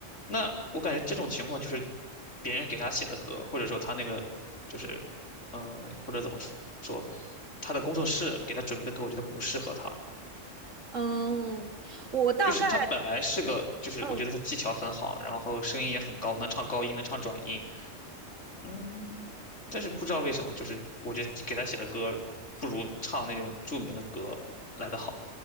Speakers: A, on the left; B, on the right.
A: 那我感觉这种情况就是别人给他写的歌，或者说他那个就是，嗯、或者怎么说，他的工作室给他准备的歌，我觉得不适合他，
B: 嗯，哦我大概。
A: 就是他本来是个，就是我觉得他技巧很好，
B: 嗯。
A: 然后声音也很高，能唱高音，能唱转音，嗯，但是不知道为什么，就是我觉得给他写的歌不如唱那种著名的歌来的好，